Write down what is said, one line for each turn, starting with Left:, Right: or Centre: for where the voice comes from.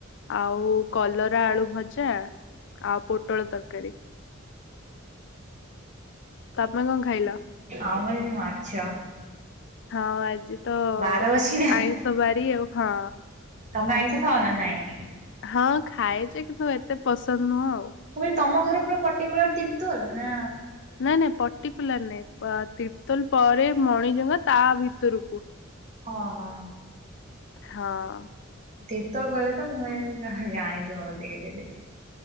Left: ଆଉ କଲରା ଆଳୁ ଭଜା ଆଉ ପୋଟଳ ତରକାରୀ।
Right: ହଁ ହଁ।
Left: ତମେ କଁ ଖାଇଲ
Right: ଆମର ବି ମାଛ
Left: ହଁ ଆଜି ତ
Right: ବାର ଅଛି ନା
Left: ଆଇଁଷ ବାରି ଆଉ ହଁ।
Right: ତମେ ଆଇଁଷ ଖାଉନା ନାଇଁ?
Left: ହଁ ଖାଏଯେ କିନ୍ତୁ ଏତେ ପସନ୍ଦ ନୁହଁ ଆଉ।
Right: ମୁଁ କହିଲି ତମ ଘର ପୁରା ପର୍ଟିକୁଲାର ତିର୍ତୋଲ ନା?
Left: ନାଇଁ ନାଇଁ ପର୍ଟିକୁଲାର ନାଇଁ ତିର୍ତୋଲ ପରେ ମଣିଜଙ୍କା ତା ଭିତରକୁ।
Right: ଅହଁ।
Left: ହଁ।
Right: ତିର୍ତୋଲ କହିଲତ ମୁଁ ଭାବିଲି କଳେ ଜାଣିଥିବ ବୋଧେ କିଛି।